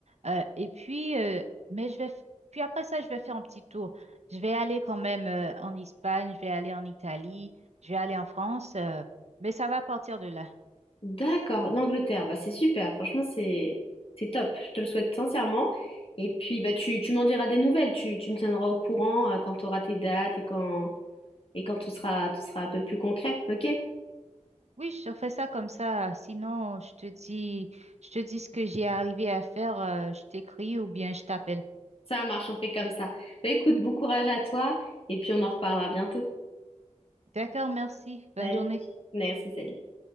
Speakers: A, on the right; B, on the left.
A: Euh, et puis, euh, mais je vais, f- puis après ça, je vais faire un petit tour. Je vais aller quand même euh, en Espagne, je vais aller en Italie, je vais aller en France. euh, mais ça va partir de là.
B: D'accord, l'Angleterre, bah c'est super, franchement, c'est c'est top, je te le souhaite sincèrement. Et puis, bah tu, tu m'en diras des nouvelles, tu, tu me tiendras au courant euh, quand tu auras tes dates et quand, et quand tout sera, tout sera un peu plus concret, ok?
A: Oui, je fais ça comme ça. Sinon, je te dis, je te dis ce que j'ai arrivé à faire. euh, je t'écris ou bien je t'appelle.
B: Ça marche, on fait comme ça. Bah écoute, bon courage à toi et puis on en reparlera bientôt.
A: D'accord, merci.
B: Salut.
A: Bonne journée.
B: Merci, salut.